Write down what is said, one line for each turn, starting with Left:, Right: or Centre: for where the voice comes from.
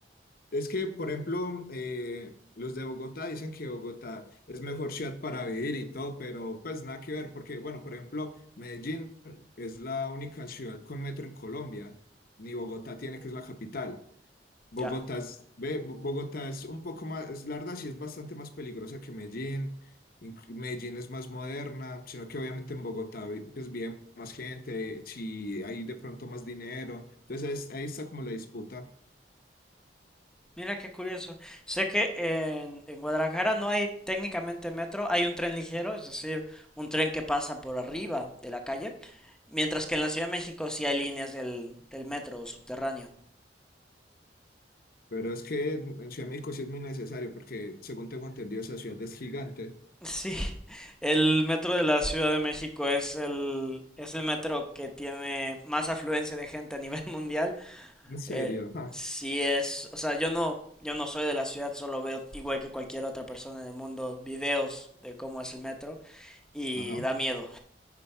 Left: Es que, por ejemplo, eh, los de Bogotá dicen que Bogotá es mejor ciudad para vivir y todo, pero pues nada que ver, porque, bueno, por ejemplo, Medellín es la única ciudad con metro en Colombia, ni Bogotá tiene, que es la capital. Bogotá
Centre: Ya.
Left: es, ve, Bo- Bogotá es un poco más, es la verdad, sí es bastante más peligrosa que Medellín. inclu- Medellín es más moderna, sino que obviamente en Bogotá vi- pues vive más gente, si hay de pronto más dinero. Entonces ahí ahí está como la disputa.
Centre: Mira qué curioso. Sé que en, en Guadalajara no hay técnicamente metro, hay un tren ligero, es decir, un tren que pasa por arriba de la calle Mientras que en la Ciudad de México sí hay líneas del, del metro subterráneo.
Left: Pero es que en Ciudad de México sí es muy necesario porque, según tengo entendido, esa ciudad es gigante.
Centre: Sí, <laughs> el metro de la Ciudad de México es el, es el metro que tiene más afluencia de gente a nivel <laughs> mundial.
Left: En serio.
Centre: Eh,
Left: Ah,
Centre: sí es, o sea, yo no, yo no soy de la ciudad, solo veo igual que cualquier otra persona en el mundo videos de cómo es el metro y
Left: Ajá.
Centre: da miedo.